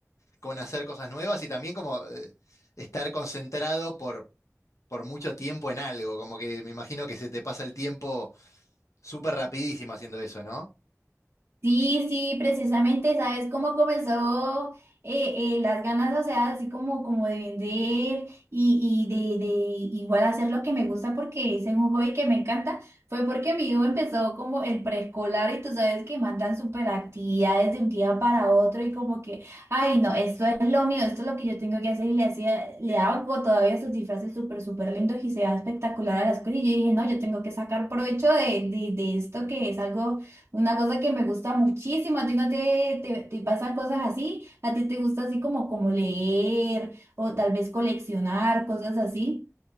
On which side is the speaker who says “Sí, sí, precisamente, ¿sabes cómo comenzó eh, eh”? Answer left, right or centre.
Right